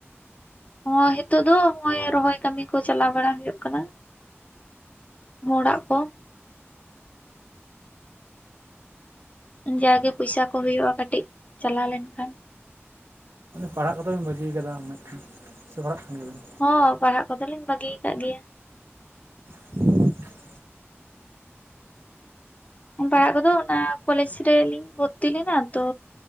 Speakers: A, on the left; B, on the right.
A: ᱦᱚᱸ ᱱᱤᱛᱚᱜ ᱫᱚ ᱱᱚᱜᱚᱭ ᱨᱚᱦᱚᱭ ᱠᱟᱹᱢᱤ ᱠᱚ ᱪᱟᱞᱟᱣ ᱵᱟᱲᱟ ᱦᱳᱭᱳᱜ ᱠᱟᱱᱟ ᱾ ᱦᱚᱲᱟᱜ ᱠᱚ᱾ ᱡᱟᱜᱮ ᱯᱚᱭᱥᱟ ᱠᱚ ᱦᱳᱭᱳᱜᱼᱟ ᱠᱟᱹᱴᱤᱡ ᱪᱟᱞᱟᱣ ᱞᱮᱱᱠᱷᱟᱱ᱾
B: ᱯᱟᱲᱦᱟᱜ ᱠᱚᱫᱚ ᱵᱤᱱ ᱵᱟᱹᱜᱤᱭᱟ ᱠᱟᱫᱟ ᱢᱮᱱ ᱦᱳᱭᱳᱜ ᱠᱟᱱᱟ, ᱥᱮ ᱯᱟᱲᱦᱟᱜ ᱠᱟᱱ ᱜᱮᱭᱟᱵᱤᱱ?
A: ᱦᱚᱸ ᱯᱟᱲᱦᱟᱜ ᱠᱚᱫᱚᱞᱤᱧ ᱵᱟᱹᱜᱤ ᱠᱟᱜ ᱜᱮᱭᱟ᱾
B: <unintelligible>
A: ᱯᱟᱲᱦᱟᱜ ᱠᱚᱫᱚ ᱚᱱᱟ ᱠᱚᱞᱮᱡᱽ ᱨᱮᱞᱤᱧ ᱵᱷᱚᱨᱛᱤ ᱞᱮᱱᱟ ᱛᱚ